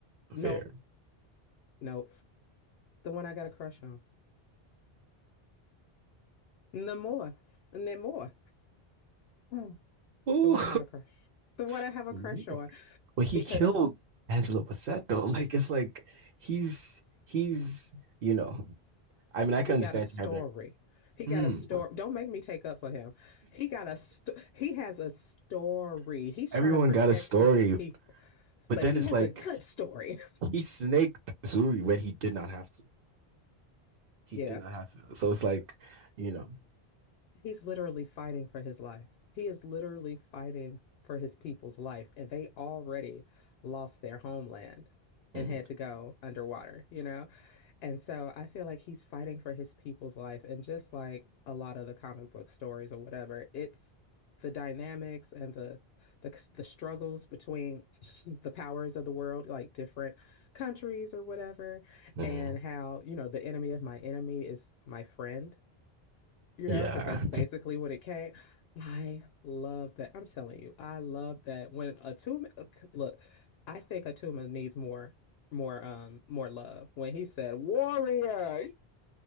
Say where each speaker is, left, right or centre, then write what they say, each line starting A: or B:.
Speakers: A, on the left (about 75°); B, on the right (about 65°).
A: Nope,
B: fair.
A: nope. The one I got a crush on. Namor. Namor. Hmm.
B: Ooh.
A: The one I have a crush. The one I
B: <laughs>
A: have a crush on.
B: but he
A: Because
B: killed Angela Bassett though. <laughs> Like it's like he's he's you know. I mean, I
A: He
B: can understand
A: got a story.
B: you having it.
A: He
B: Mm.
A: got a story. Don't make me take up for him. He got a sto- he has a story.
B: <laughs>
A: He's
B: Everyone
A: trying to protect
B: got a story,
A: his people,
B: but
A: but
B: then
A: he
B: it's
A: has
B: like
A: a good story.
B: he snaked Suri when he did not have to. He
A: <laughs> yeah.
B: did not have to. So it's like, you know.
A: He's literally fighting for his life. He is literally fighting for his people's life and they already lost their homeland and
B: mm,
A: had to go underwater, you know? And so I feel like he's fighting for his people's life. And just like a lot of the comic book stories or whatever, it's the dynamics and the the, the struggles between <laughs> the powers of the world, like different countries or whatever,
B: mm,
A: and how, you know, the enemy of my enemy is my friend you
B: yeah.
A: know, because that's basically what it came. I love that. I'm telling you, I love that when Atuma, look, I think Atuma needs more, more, um, more love. When he said warrior,